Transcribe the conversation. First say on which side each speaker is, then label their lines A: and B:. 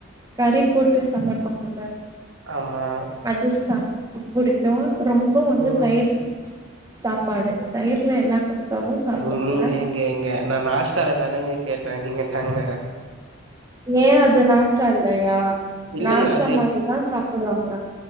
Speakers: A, on the right; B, on the right.
A: கறி போட்டு சமைப்பாங்கல அது
B: ஆமா
A: அது சாப்ட புடிக்கு ரொம்ப வந்து
B: ம்
A: தயிர் சாப்பாடு தயிர்ல என்ன குடுத்தாலு சாப்ட்டுக்குவே
B: ம் ஏங்க ஏங்க நா நாஸ்டால தானேங்க கேட் டே நீங்க என்னாங்க
A: ஏ அது நாஸ்டா இல்லயா
B: இல்லங்க
A: நாஸ்டா
B: அது
A: மாரிதா சாப்புடுவாங்க